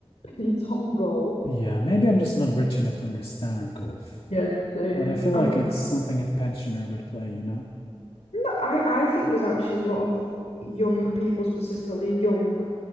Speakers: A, on the left; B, on the left.
A: Opinions on golf.
B: Yeah, maybe I'm just not rich enough to understand golf,
A: Yeah, same.
B: but I feel
A: I
B: like
A: don't.
B: it's something a pensioner would play, you know?
A: No, I I think there's actually a lot of young people, specifically young